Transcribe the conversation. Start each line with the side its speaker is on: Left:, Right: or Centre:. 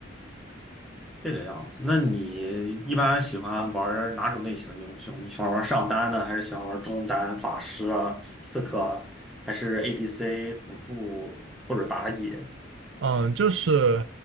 Centre: 这个样子。那你一般喜欢玩哪种类型的英雄？你喜欢玩上单呢，还是喜欢玩中单、法师啊、刺客啊，还是 ADC 辅助或者打野？
Right: 嗯，就是